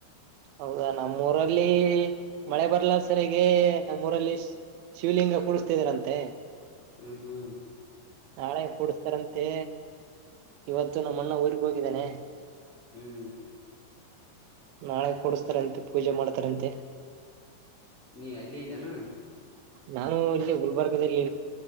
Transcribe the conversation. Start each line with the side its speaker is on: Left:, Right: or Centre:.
Right: ಹೌದಾ ನಮ್ಮೂರಲ್ಲಿ ಮಳೆ ಬರ್ಲ ಸರ್ಗೆ ನಮ್ಮೂರಲ್ಲಿ ಶಿವಲಿಂಗ ಕುಡಿಸಸ್ತಿದ್ರಂತೆ.
Left: ಹ್ಮ್ ಹ್ಮ್
Right: ನಾಳೆ ಕೂಡಸ್ತಾರಂತೆ. ಇವತ್ತು ನಮ್ಮ ಅಣ್ಣ ಊರ್ಗ್ ಹೋಗಿದ್ದೇನೆ.
Left: ಹ್ಮ್
Right: ನಾಳೆ ಕೂಡಿಸಸ್ತಾರಂತೆ. ಪೂಜೆ ಮಾಡ್ತಾರಂತೆ
Left: ನೀ ಅಲ್ಲೇ ಇದ್ದಾನ
Right: ನಾನು ಇಲ್ಲಿ ಗುಲ್ಬರ್ಗದಲ್ಲಿ.